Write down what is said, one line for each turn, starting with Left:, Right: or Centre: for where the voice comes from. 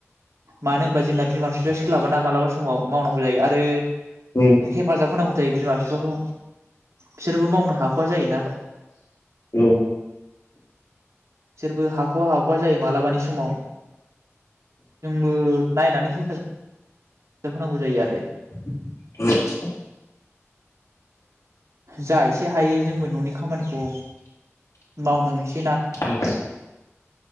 Right: मानो होनबा जोंना बिमा बिफाया सोलाबा मालाबा समाव मावनांगौ जायो आरो
Left: औ
Right: हेफाजाब होनांगौ जायो बिमा बिफाखौ बिसोरबो मावनो हाखवा जायोना
Left: औ
Right: बिसोरबो हाखवा हाखवा जायो मालाबानि समाव जोंबो नायनानै हेफाजा हेफाजाब होनांगौ जायो आरो
Left: <inaudible>
Right: जायस‌ एसे हायो जोंबो ननि खामानिखौ मावनोस
Left: औ।